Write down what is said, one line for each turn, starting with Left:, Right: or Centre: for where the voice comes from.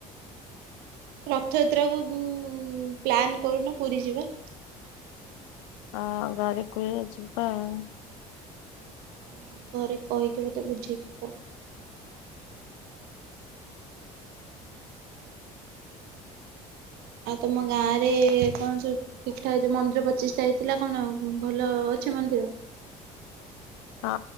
Right: ରଥଯାତ୍ରା କୁ ପ୍ଲାନ୍ କରୁନ ପୁରୀ ଯିବା।
Left: ହଁ ଘରେ କୁହେ ଯିବା ଆଉ।
Right: ହଁ ଘରେ କହିକି ମୋତେ ବୁଝେଇିକି କୁହ। ଆଉ ତମ ଗାଁ ରେ କଣ ସବୁ। ଠିକ ଠାକ ଯ ମନ୍ଦିର ପଚିଶଟା ହେଇଥିଲା କଣ ଭଲ ଅଛି ମନ୍ଦିର।
Left: ହଁ